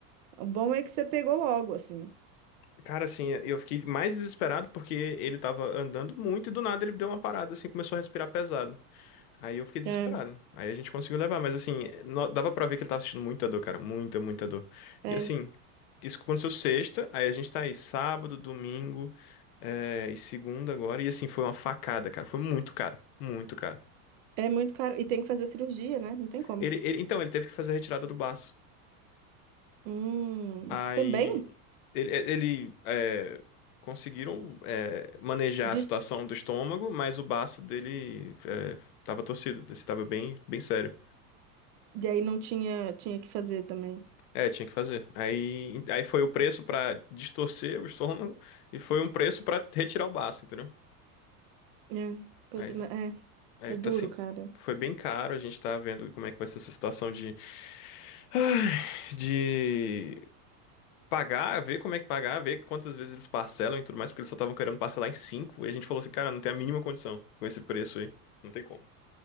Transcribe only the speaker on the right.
O bom é que você pegou logo, assim.
É,
é,
é muito caro. E tem que fazer cirurgia, né? Não tem como.
Hum,
também?
Diz-
E aí não tinha, tinha que fazer também.
É, puta,
mas é,
é
duro,
cara.